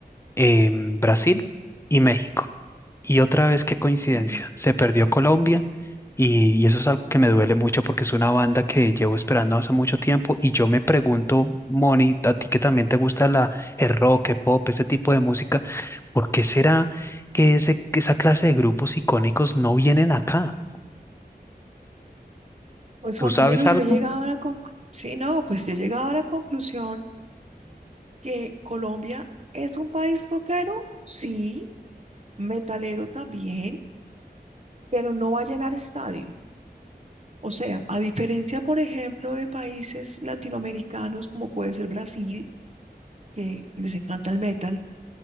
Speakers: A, on the left; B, on the right.
A: em, Brasil y México. Y otra vez, qué coincidencia,
B: Ay,
A: se perdió Colombia y, y eso es algo que me duele mucho porque es una banda que llevo esperando hace mucho tiempo y yo me pregunto, Moni, a ti que también te gusta la, el rock, el pop, ese tipo de música, ¿por qué será que ese, que esa clase de grupos icónicos no vienen acá?
B: Pues
A: ¿Tú
B: Juan
A: sabes
B: Camilo,
A: algo?
B: yo he llegado a la conclusión, sí, no, pues yo he llegado a la conclusión que Colombia es un país rockero, sí, metalero también, pero no va a llenar estadio. O sea, a diferencia, por ejemplo, de países latinoamericanos como puede ser Brasil, que les encanta el metal,